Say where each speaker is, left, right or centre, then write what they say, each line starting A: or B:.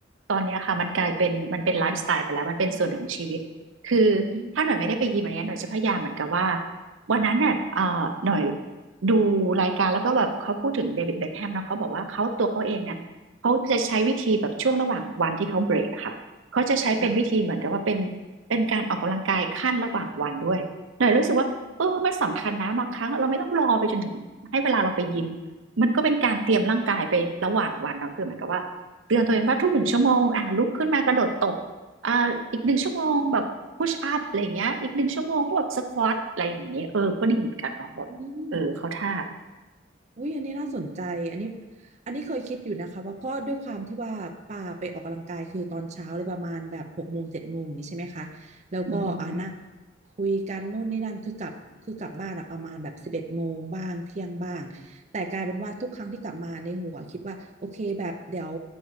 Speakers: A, on the right (about 85°); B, on the right (about 35°).
A: ตอนเนี้ยค่ะมันกลายเป็นมันเป็นไลฟ์สไตล์ไปแล้วมันเป็นส่วนหนึ่งของชีวิตคือ
B: อืม
A: ถ้าหน่อยไม่ได้ไปยิมอันเนี้ยหน่อยจะพยายามเหมือนกับว่าวันนั้นน่ะเอ่อหน่อยดูรายการแล้วก็แบบเขาพูดถึงเดวิดเบ็คแฮมเนาะเขาบอกว่าเขาตัวเขาเองเนี่ยเขาจะใช้วิธีแบบช่วงระหว่างวันที่เขาเบรกอะค่ะ เขาจะใช้เป็นวิธีเหมือนกับว่าเป็น
B: ค่ะ
A: เป็นการออกกำลังกายขั้นระหว่างวันด้วยหน่อยรู้สึกว่าเออมันสำคัญนะบางครั้งเราไม่ต้องรอไปจนถึงให้เวลาเราไปยิมมันก็เป็นการเตรียมร่างกายไประหว่างวันเนาะคือเหมือนกับว่าเตือนตัวเองว่าทุกหนึ่งชั่วโมงอ่ะลุกขึ้นมากระโดดตบอ่าอีกหนึ่งชั่วโมงแบบพุชอัพอะไรอย่างเงี้ยอีกหนึ่งชั่วโมงก็แบบสควอตอะไรอย่างเงี้ยเออก็ดีเหมือนกันเนาะแบบเออเขาท่า
B: อืม อุ้ยอันนี้น่าสนใจอันนี้อันนี้เคยคิดอยู่นะคะว่าเพราะด้วยความที่ว่าป่าไปออกกำลังกายคือตอนเช้าเลยประมาณแบบหกโมงเจ็ดโมงอย่างนี้ใช่ไหมคะแล้วก็อ่านั่ง
A: อืม
B: คุยกันนู่นนี่นั่นคือกลับคือกลับบ้านอะประมาณแบบสิบเอ็ดโมงบ้างเที่ยงบ้างแต่กลายเป็นว่าทุกครั้งที่กลับมาในหัวคิดว่าโอเคแบบเดี๋ยว